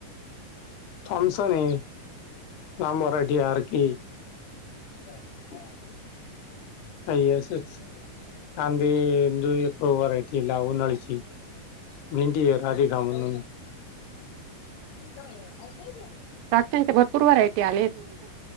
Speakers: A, on the left; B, on the right.
A: थॉमसन ये. नाम व्हरायटी, आर के. <inaudible> काही असंच. कांंदे इंदू एक व्हरायटी ये उन्हाळीची, भेंडी राधिका म्हणून. <inaudible>
B: द्राक्षांच्या भरपूर व्हरायटी आले आहेत ना आता?